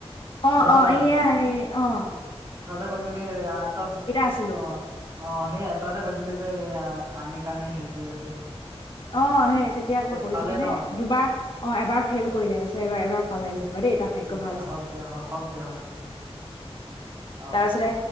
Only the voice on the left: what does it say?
অঁ
অঁ,
এইয়া এ অঁ।
আছিলো
অঁ, সেই তেতিয়া এবাৰ কৰিছোঁ
মানে
দুবাৰ অঁ, এবাৰ ফেইল কৰিলে, তাৰপিছত এবাৰ এবাৰ পালে যেনিবা দেই তাৰ ভাগ্য ভা
তাৰপাছতে,